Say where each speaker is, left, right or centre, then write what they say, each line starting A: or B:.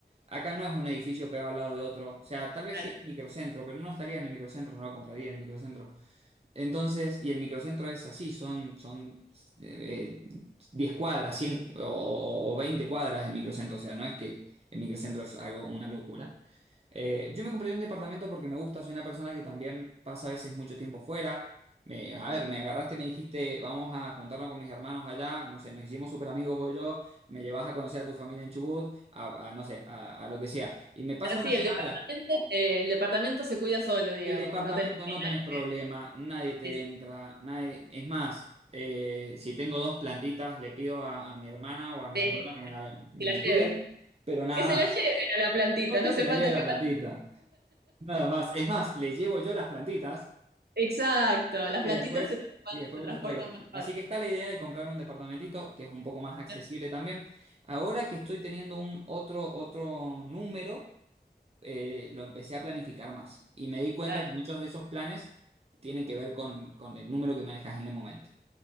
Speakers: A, on the right; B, on the right.
A: Acá no es un edificio pegado al lado de otro. O sea, tal vez
B: claro.
A: sí en el microcentro, pero no estaría en el microcentro, no lo compraría en el microcentro. Entonces, y el microcentro es así, son, son eh, eh, cuadras, 100 o, o 20 cuadras el microcentro. O sea, no es que el microcentro es algo, una locura. Eh, yo me compré un departamento porque me gusta, soy una persona que también pasa a veces mucho tiempo fuera. Me- a ver, me agarraste y me dijiste, vamos a juntarnos con mis hermanos allá, no sé, nos hicimos súper amigos vos y yo, me llevas a conocer a tu familia en Chubut, a, a, no sé, a, a lo que sea. Y me paso
B: Ahora
A: una
B: sí,
A: semana
B: el departamento,
A: allá.
B: eh, el departamento se cuida solo, digamos,
A: El departamento
B: no tenés que
A: no tenés
B: nadie
A: problema,
B: que,
A: nadie te
B: se
A: entra, nadie... Es más, eh, si tengo dos plantitas, le pido a, a mi hermana o a mi
B: que
A: hermano que me la, me
B: se la
A: la
B: lleve.
A: cuiden, pero nada
B: Que se la
A: más,
B: lleven a la plantita,
A: porque
B: no hace
A: se la
B: falta
A: lleve la
B: que...
A: plantita. Nada más. Es más, les llevo yo las plantitas
B: Exacto, las
A: y
B: plantitas
A: después,
B: se, tra-
A: y después
B: se
A: me
B: transportan
A: las traigo.
B: más fácil.
A: Así que está la idea de comprarme un departamentito que es un poco más accesible
B: ¿no?
A: también. Ahora que estoy teniendo un otro, otro número, eh, lo empecé a planificar más. Y me di cuenta
B: Claro.
A: que muchos de esos planes tienen que ver con, con el número que manejas en el momento.